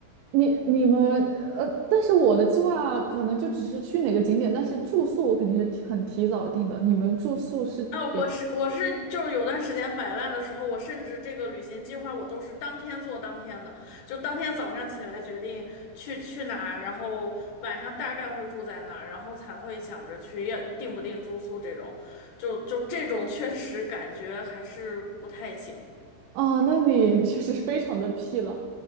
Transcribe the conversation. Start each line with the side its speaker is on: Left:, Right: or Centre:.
Right: 你你们呃，但是我的计划可能就只是去哪个景点，但是住宿我肯定是提很提早定的。你们住宿是也
Left: 啊，我是我是就是有段时间摆烂的时候，我甚至这个旅行计划我都是当天做当天的，就当天早上起来决定去去哪，然后晚上大概会住在哪，然后才会想着去要定不定住宿这种，就就这种确实感觉还是不太行。
Right: 啊，那你 <laughs> 确实是非常的屁了。